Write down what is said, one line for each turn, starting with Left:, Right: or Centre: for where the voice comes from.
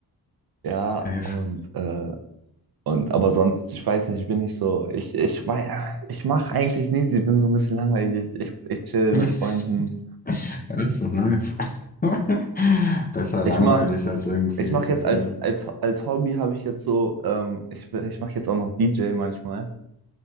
Right: Ja,
Left: Safe.
Right: und, äh, und aber sonst, ich weiß nicht, ich bin nicht so, ich, ich weiß, ich mache eigentlich nichts, ich bin so ein bisschen langweilig, ich, ich, ich chill
Left: <laughs>
Right: mit Freunden.
Left: Ja, das ist doch nice. <laughs> Besser
Right: Ich
Left: langweilig
Right: mach,
Left: als irgendwie.
Right: ich mach
Left: äh,
Right: jetzt als, als, als Hobby habe ich jetzt so, ähm, ich, ich mache jetzt auch noch DJ manchmal